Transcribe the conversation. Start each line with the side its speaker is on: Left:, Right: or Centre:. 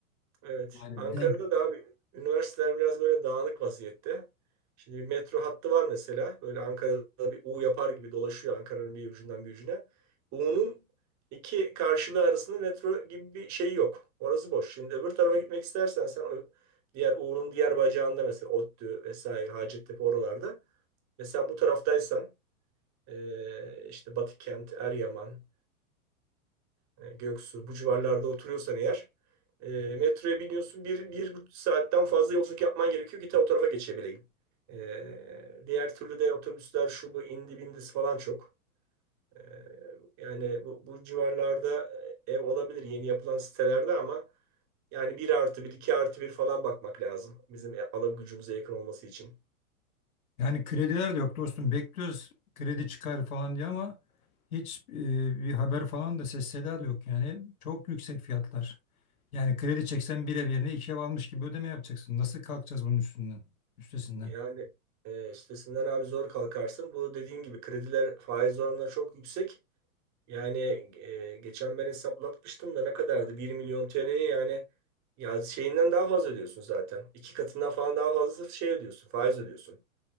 Right: Evet.
Left: Yani
Right: Ankara'da
Left: denk
Right: da abi üniversiteler biraz böyle dağınık vaziyette. Şimdi bir metro hattı var mesela. Böyle Ankara'da bir U yapar gibi dolaşıyor Ankara'nın bir ucundan bir ucuna. U'nun iki karşılığı arasında metro gibi bir şey yok. Orası boş. Şimdi öbür tarafa gitmek istersen sen o diğer U'nun diğer bacağında mesela ODTÜ vesaire Hacettepe oralarda. Mesela bu taraftaysan eee, işte Batıkent, Eryaman e, Göksu bu civarlarda oturuyorsan eğer e, metroya biniyorsun bir, bir buçuk saatten fazla yolculuk yapman gerekiyor ki ta o tarafa geçebileyim. E, diğer türlü de otobüsler şu bu indi bindisi falan çok. E, yani bu, bu civarlarda e, ev olabilir yeni yapılan sitelerde ama yani bir artı bir 2 artı bir falan bakmak lazım bizim e, alım gücümüze yakın olması için.
Left: Yani krediler de yok dostum. Bekliyoruz kredi çıkar falan diye ama hiç e, bir haber falan da ses seda da yok yani. Çok yüksek fiyatlar. Yani kredi çeksen bir ev yerine iki ev almış gibi ödeme yapacaksın. Nasıl kalkacağız bunun üstünden, üstesinden?
Right: Yani e, üstesinden abi zor kalkarsın. Bu dediğin gibi krediler faiz oranları çok yüksek. Yani e, geçen ben hesaplatmıştım da ne kadardı? bir milyon TL'ye yani ya şeyinden daha fazla ödüyorsun zaten. İki katından falan daha fazla şey ödüyorsun, faiz ödüyorsun.